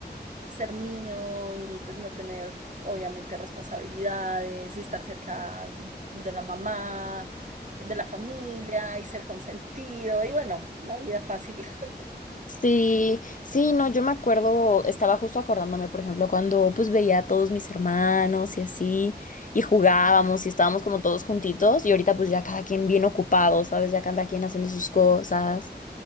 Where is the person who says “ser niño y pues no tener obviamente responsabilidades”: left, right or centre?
Right